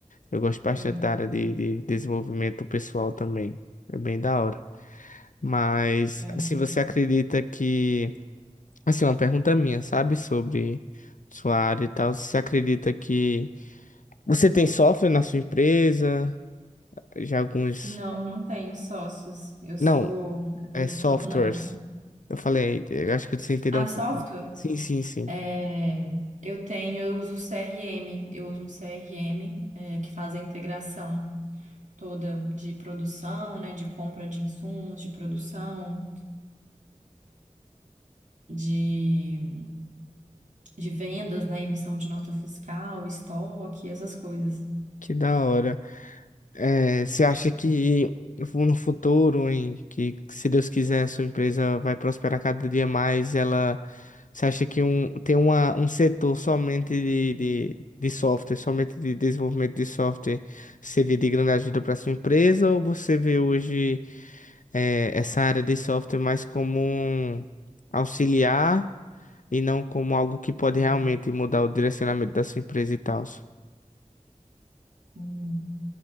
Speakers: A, on the left; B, on the right.
A: Eu gosto bastante
B: Sim.
A: da área de, de desenvolvimento pessoal também. É bem da hora. Mas,
B: é.
A: assim, você acredita que. Assim, uma pergunta minha, sabe? Sobre sua área e tal. Você acredita que. Você tem software na sua empresa? Já alguns.
B: Não, não tenho sócios. Eu sou.
A: Não, é
B: Eu
A: softwares.
B: tô... Não.
A: Eu falei, eu acho que você entendeu
B: A
A: um
B: software,
A: pouco. Sim, sim, sim.
B: é, eu tenho, eu uso CRM, eu uso um CRM, é, que faz a integração toda de produção, né, de compra de insumos, de produção, de, de vendas, né, emissão de nota fiscal, estoque, essas coisas.
A: Que da hora. É, você acha que no futuro, em que se Deus quiser, a sua empresa vai prosperar cada dia mais, ela, você acha que um, tem uma, um setor somente de, de, de software, somente de desenvolvimento de software, seria de grande ajuda para sua empresa, ou você vê hoje é, essa área de software mais como um auxiliar e não como algo que pode realmente mudar o direcionamento da sua empresa e tal?
B: Hum.